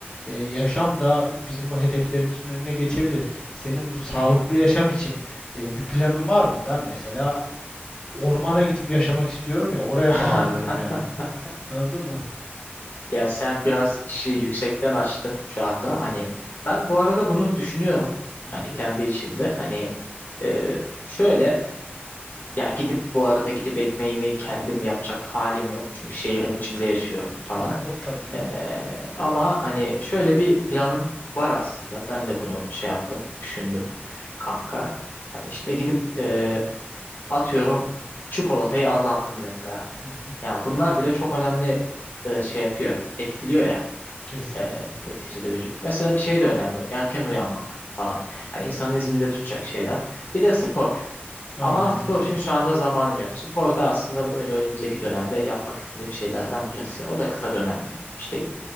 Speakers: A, on the left; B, on the left.
A: e, yaşam da bizim bu hedeflerimizin önüne geçebilir. Senin bu sağlıklı
B: hı hı.
A: yaşam için e, bir planın var mı? Ben mesela ormana gidip yaşamak istiyorum ya oraya
B: <laughs>
A: bağlıyorum yani. Anladın mı?
B: Ya sen biraz işi yüksekten açtın şu anda. Hani ben bu arada bunu düşünüyorum.
A: Hı hı.
B: Hani kendi içimde. Hani e, şöyle ya gidip bu arada gidip ekmeğimi kendim yapacak halim yok. Çünkü şehrin içinde yaşıyorum falan.
A: Ya o tabii canım.
B: Ee, ama hani şöyle bir planım var aslında. Ben de bunu şey yaptım, düşündüm kanka. Hani işte gidip e, Atıyorum çikolatayı azalttım mesela.
A: Hı hı.
B: Yani bunlar bile çok önemli e, şey yapıyor. Etkiliyor ya
A: Kesinlikle.
B: e, neticede vücut. Mesela bir şey de önemli. Erken uyanmak falan. Hani insanı zinde tutacak şeyler. Bir de spor.
A: Aynen
B: Ama spor
A: o şekilde.
B: için şu anda zamanım yok. Spor da aslında böyle önümüzdeki dönemde yapmak istediğim şeylerden birisi. O da kısa dönemli bir şey.